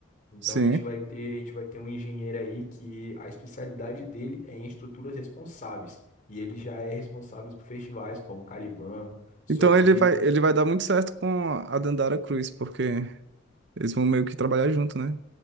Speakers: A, on the left (about 40°); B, on the right (about 60°).
A: Então
B: Sim.
A: a gente vai ter, a gente vai ter um engenheiro aí que a especialidade dele é em estruturas responsáveis. E ele já é responsável por festivais como Caliban, Solvision,
B: Então ele vai, ele vai dar muito certo com a Dandara Cruz, porque eles vão meio que trabalhar junto, né?